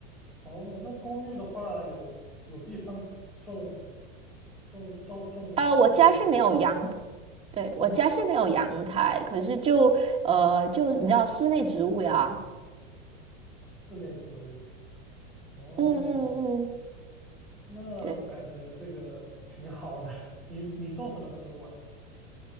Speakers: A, in the centre; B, on the right.
A: 哦，那公寓的话有有地方种。种种种植物吗？
B: 呃，我家是没有阳，对，我家是没有阳台，可是就呃，就你知道室内植物呀，
A: 室内植物。哦，
B: 嗯嗯嗯，
A: 那我感觉这个挺好的。
B: 对。
A: <laughs> 你你种什么植物啊？